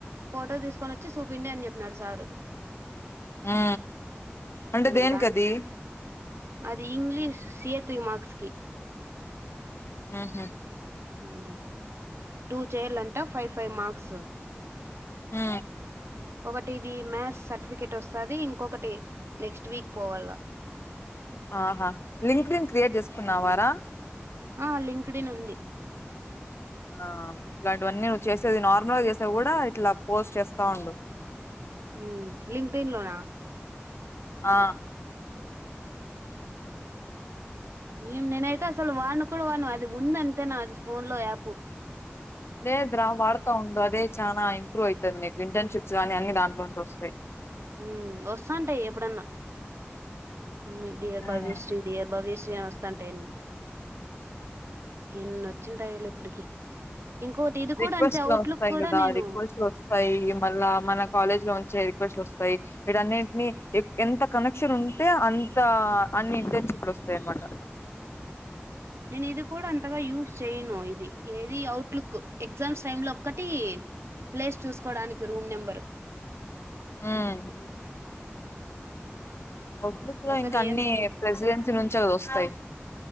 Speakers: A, on the right; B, on the left.
A: ఫోటో తీసుకొని వచ్చి సూపిండి అని చెప్పినాడు సారు
B: ఉ అంటే
A: ఇంక
B: దేని
A: దానికి
B: కది
A: అది English C A three marks కి
B: ఉహు
A: ఓయమ్మ టూ చేయాలంట ఫైవ్ ఫైవ్ మార్క్స్
B: హు
A: ఒకటి ఇది మ్యాథ్స్ సర్టిఫికెట్ వస్తాది ఇంకొకటి నెక్స్ట్ వీక్ పోవల్ల
B: ఆహా లింక్డ్ ఇన్ క్రియేట్ చేసుకున్నా వారా
A: ఆ లింక్డ్ ఇన్ ఉంది
B: ఆ ఇట్లాంటివన్నీ నువ్వు చేసేది నార్మల్ గా చేసేవి కూడా ఇట్లా పోస్ట్ చేస్తా ఉండు
A: ఊ లింక్డెన్ లోనా
B: ఆ
A: ఏం నేనైతే అసలు వాడను కూడా వాడను అది ఉందంతే నాది ఫోన్ లో యాప్
B: లేదు రా వాడతా ఉండు అదే చాలా ఇంప్రూవ్ అవుతుంది నీకు ఇంటర్న్షిప్స్ కానీ అన్ని దాంట్లోంచి వస్తాయి
A: ఉ వస్తాంటే ఎప్పుడన్నా అన్ని డియర్
B: ఉమ్.
A: భవ్య శ్రీ డియర్ భవ్య శ్రీ నేను వస్త అంటే ఎన్ ఎన్న వచ్చిన టైళ ఇప్పటికి ఇంకోటి ఇది
B: రిక్వెస్ట్లు
A: కూడా అంతే అవుట్లుక్
B: వస్తాయి
A: కూడా
B: కదా
A: నేను
B: రిక్వెస్ట్లు వస్తాయి మళ్ళా మన కాలేజ్ లో ఉంచే రిక్వెస్ట్లు వస్ వాయి వీటన్నింటిని ఎంత కనెక్షన్ ఉంటే అంత అన్ని ఇంటర్న్షిప్ ఇప్పుడు వస్తాయి అనమాట
A: నేను ఇది కూడా అంతగా యూస్ చేయను ఇది ఏ అట్లుక్ ఎగ్జామ్స్ టై లో ఒక్కటీ ప్లేస్ చూకోడానికి రూమ్ నెంబరు
B: ఉమ్ అవుట్లుక్ లో
A: అసలు
B: ఇంకా అన్ని
A: ఏం చూ
B: ప్రెసిడెన్సీ నుంచే గదా వస్తాయి